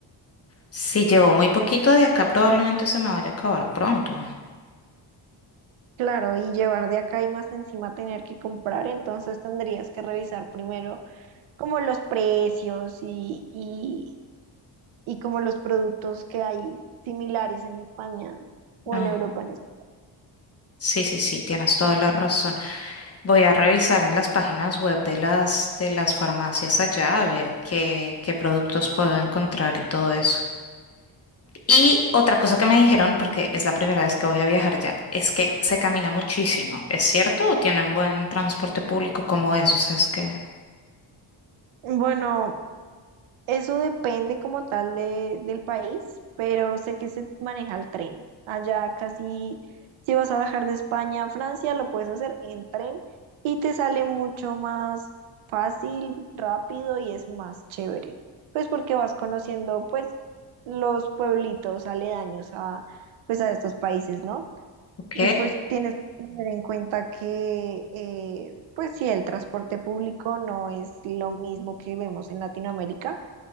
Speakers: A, on the left (about 30°); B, on the right (about 85°).
A: Si llevo muy poquito de acá, probablemente se me vaya a acabar pronto.
B: Claro, y llevar de acá y más encima tener que comprar, entonces tendrías que revisar primero como los precios y, y, y como los productos que hay similares en España o
A: Ay,
B: en Europa. en es-
A: sí, sí, sí, tienes toda la razón. Voy a revisar en las páginas web de las, de las farmacias allá a ver qué, qué productos puedo encontrar y todo eso. Y otra cosa que me dijeron, porque es la primera vez que voy a viajar allá, es que se camina muchísimo. ¿Es cierto? ¿O tienen buen transporte público como eso? O sea, es que...
B: Bueno, Eso depende como tal de, del país, pero sé que se maneja el tren. Allá casi, si vas a viajar de España a Francia, lo puedes hacer en tren y te sale mucho más fácil, rápido y es más chévere. Pues porque vas conociendo pues los pueblitos aledaños a pues a estos países, ¿no?
A: Ok.
B: Y pues tienes que tener en cuenta que eh, pues sí, el transporte público no es lo mismo que vemos en Latinoamérica